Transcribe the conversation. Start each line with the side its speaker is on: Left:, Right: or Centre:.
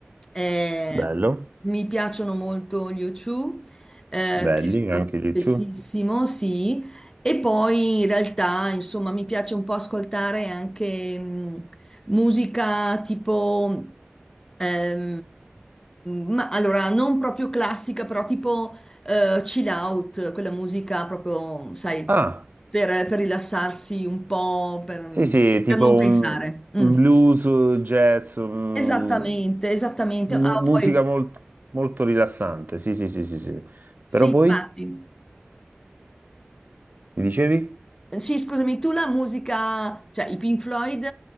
Left: eh,
Right: Bello,
Left: mi piacciono molto gli U2 eh,
Right: belli,
Left: che ascolto
Right: anche gli YouTube.
Left: spessissimo, sì, e poi in realtà, insomma, mi piace un po' ascoltare anche mh, musica tipo, ehm, mh, ma allora non proprio classica, però tipo eh, chill out, quella musica proprio, sai,
Right: Ah,
Left: per, per rilassarsi un po', per,
Right: sì, sì, tipo
Left: per non
Right: un,
Left: pensare.
Right: un
Left: Mm.
Right: blues, jazz, un-
Left: Esattamente, esattamente.
Right: mu-
Left: Ah,
Right: musica
Left: poi,
Right: mol- molto rilassante, sì, sì, sì, sì, sì. Però
Left: sì,
Right: poi,
Left: infatti.
Right: mi dicevi?
Left: Sì, scusami, tu la musica, cioè i Pink Floyd,